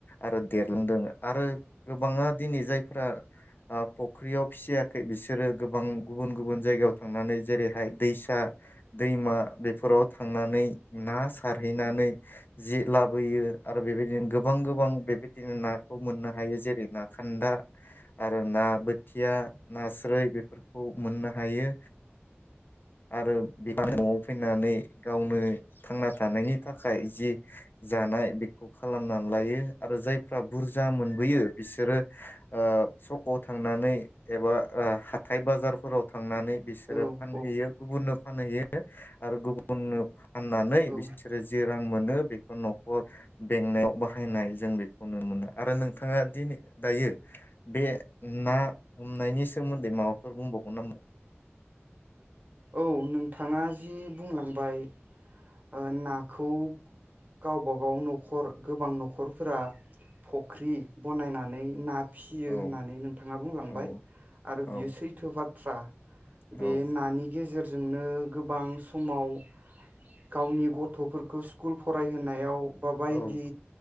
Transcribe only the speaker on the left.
आरो देरलांदों आरो गोबाङा दिनै जाय फोरा ओ फुख्रियाव फिसियाखै बिसोरो गोबां गुबुन गुबुन जायगायाव थांनानै जेरैहाय दैसा दैमा बेफोराव थांनानै ना सारहैनानै जि लाबोयो आरो बेबायदिनो गोबां गोबां बेबायदिनो नाखौ मोननो हायो जेरै ना खान्दा आरो ना बोथिया नास्राय बेफोरखौ मोननो हायो आरो <inaudible> न'आव फैनानै गावनो थांना थानायनि थाखाय थाखाय जि जानाय बेखौ खालामनानै लायो आरो जाय फ्रा बुरजा मोनबोयो बिसोरो ओ सकाव थांनानै एबा ओ हाथाय बाजारफोराव थांनानै बिसोरो
फानहैयो
गुबुननो फानहैयो <inaudible> आरो गुबुन <inaudible> ननो <inaudible> फाननानै
बिसोरो जे रां मोनो बेखौ न'खर बेंनायाव बाहायनाय जों बेखौ नुनो मोनो आरो नोंथाङा दिनै दायो बे ना हमनायनि सोमोन्दै माबाफोर बुंबावगोन नामा?
औ
औ
औ
औ
औ